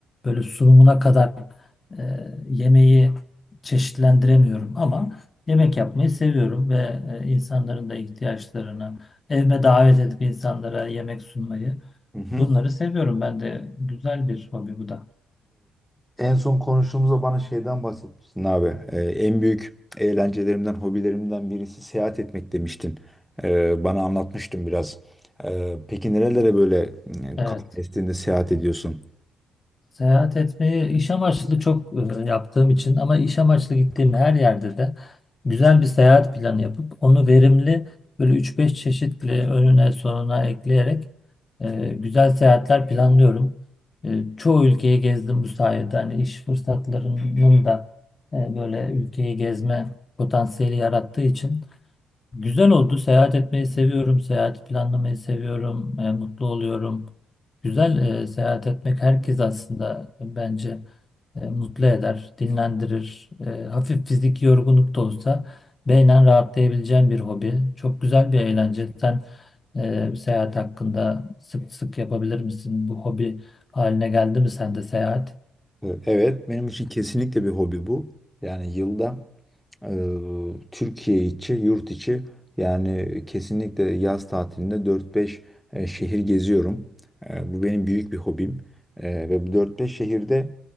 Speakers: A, on the left (about 35°); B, in the centre.
A: böyle sunumuna kadar e, yemeği çeşitlendiremiyorum ama yemek yapmayı seviyorum ve e, insanların da ihtiyaçlarını evime davet edip insanlara yemek sunmayı
B: Hı hı.
A: Bunları seviyorum ben de. Güzel bir hobi bu da.
B: E, en son konuştuğumuzda bana şeyden bahsetmiştin abi. E, en büyük eğlencelerimden, hobilerimden birisi seyahat etmek demiştin. E, bana anlatmıştın biraz. E, peki nerelere böyle e,
A: Evet.
B: kafa estiğinde seyahat ediyorsun?
A: Seyahat etmeyi iş amaçlı çok e, yaptığım için ama iş amaçlı gittiğim her yerde de güzel bir seyahat planı yapıp onu verimli böyle üç beş çeşit bile önüne sonuna ekleyerek e, güzel seyahatler planlıyorum. E, çoğu ülkeyi gezdim bu sayede. Hani iş fırsatlarının da e, böyle ülkeyi gezme potansiyeli yarattığı için Güzel oldu. Seyahat etmeyi seviyorum. seyahat planlamayı seviyorum. E, mutlu oluyorum. Güzel e, seyahat etmek herkes aslında bence e, mutlu eder, dinlendirir. E, hafif fiziki yorgunluk da olsa beynen rahatlayabileceğin bir hobi. Çok güzel bir eğlence. Sen e, seyahat hakkında sık sık yapabilir misin? Bu hobi haline geldi mi sende seyahat?
B: Ee, Evet, benim için kesinlikle bir hobi bu. Yani yılda e, Türkiye içi, yurt içi yani kesinlikle yaz tatilinde 4-5 e, şehir geziyorum. E, bu benim büyük bir hobim. E, ve bu 4-5 şehirde